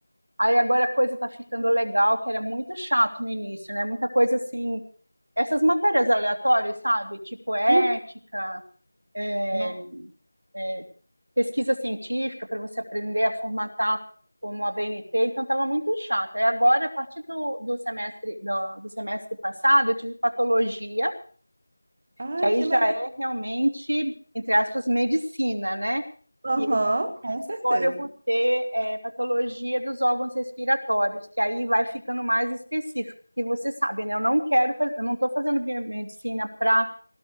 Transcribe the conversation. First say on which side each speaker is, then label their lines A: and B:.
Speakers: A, on the right; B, on the right.
A: Aí agora a coisa tá ficando legal, que era muito chato no início, né? Muita coisa assim, essas matérias aleatórias, sabe? Tipo ética,
B: Hum,
A: é,
B: No-
A: é, pesquisa científica para você aprender a formatar como a BNT, então estava muito chato. Aí agora, a partir do, do semestre do, do semestre passado, eu tive patologia
B: Ai,
A: que aí
B: que
A: já
B: legal.
A: é realmente, entre aspas, medicina, né?
B: Aham,
A: E esse
B: com
A: semestre
B: certeza.
A: agora eu vou ter é, patologia dos órgãos respiratórios, que aí vai ficando mais específico, porque você sabe, né? Eu não quero, faz... eu não estou fazendo biomedicina para